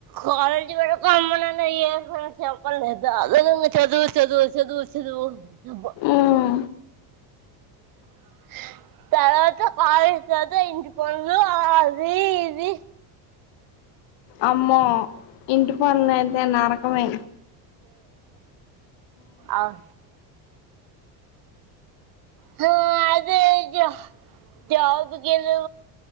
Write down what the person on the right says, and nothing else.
కాలేజ్ వెళ్లేదాకా అమ్మానాన్న ఏం పని చెప్పలేదు, అ ఊకె చదువు చదువు చదువు చదువుబ
<unintelligible> తర్వాత కాలేజ్ తర్వాత ఇంటి పనులు అది ఇది,
అవు హ అది జ జాబ్ గేదె